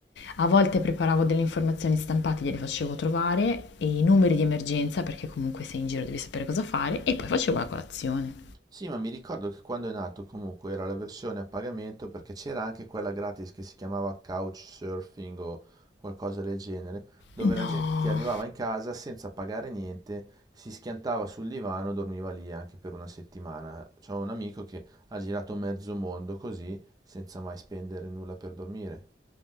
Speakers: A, on the left; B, on the right.
A: A volte preparavo delle informazioni stampate, gliele facevo trovare e i numeri di emergenza, perché comunque sei in giro devi sapere cosa fare, e poi facevo la colazione.
B: Sì, ma mi ricordo che quando è nato comunque era la versione a pagamento perché c'era anche quella gratis che si chiamava Couchsurfing o qualcosa del genere, dove
A: No,
B: la gente ti arrivava in casa senza pagare niente, si schiantava sul divano, dormiva lì anche per una settimana. C'ho un amico che ha girato mezzo mondo così, senza mai spendere nulla per dormire.